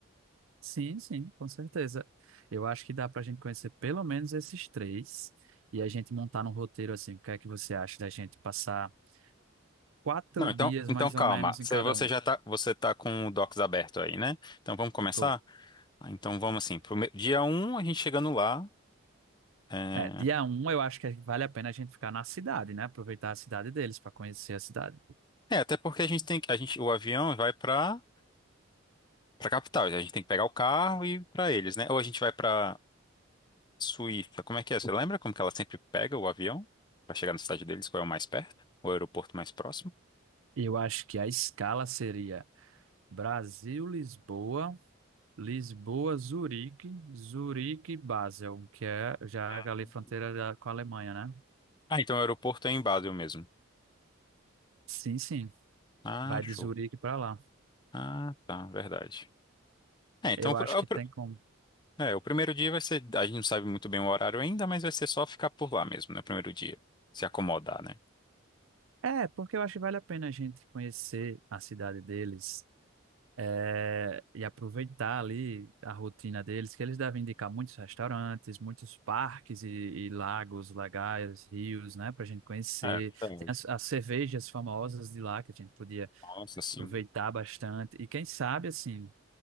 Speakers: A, on the right; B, on the left.
A: Sim, sim, com certeza. Eu acho que dá para a gente conhecer pelo menos esses três e a gente montar num roteiro assim. O que é que você acha da gente passar quatro
B: Não,
A: dias
B: então, então
A: mais
B: calma.
A: ou menos em
B: Você,
A: cada
B: você
A: um?
B: já tá, você tá com o Docs aberto aí, né? Então vamos começar?
A: Tô.
B: Ah, Então vamos assim, pro me- dia um a gente chegando lá. É...
A: É, dia um eu acho que vale a pena a gente ficar na cidade, né? Aproveitar a cidade deles para conhecer a cidade.
B: é, até porque a gente tem que. A gente, o avião vai para para capital. A gente tem que pegar o carro e ir para eles, né? Ou a gente vai para Suíça, como é que é? Você lembra como que ela sempre pega o avião para chegar na cidade deles? Qual é o mais perto? O aeroporto mais próximo?
A: Eu acho que a escala seria Brasil, Lisboa, Lisboa, Zurique, Zurique, Basel, que é já
B: Ah,
A: ali fronteira da- com a Alemanha, né?
B: então o aeroporto é em Basel mesmo.
A: Sim, sim.
B: Ah,
A: Vai
B: show.
A: de Zurique para lá.
B: Ah, tá, verdade. É, então
A: Eu acho
B: é, o
A: que
B: pr-
A: tem como.
B: é, o primeiro dia vai ser. A gente não sabe muito bem o horário ainda, mas vai ser só ficar por lá mesmo, né? O Primeiro dia. Se acomodar, né?
A: É, porque eu acho que vale a pena a gente conhecer a cidade deles, é, e aproveitar ali a rotina deles, que eles devem indicar muitos restaurantes, muitos parques e, e lagos legais, rios, né, para a gente conhecer.
B: É, verdade.
A: Tem as, as cervejas famosas de lá que a gente podia
B: Nossa, assim.
A: aproveitar bastante. E quem sabe, assim,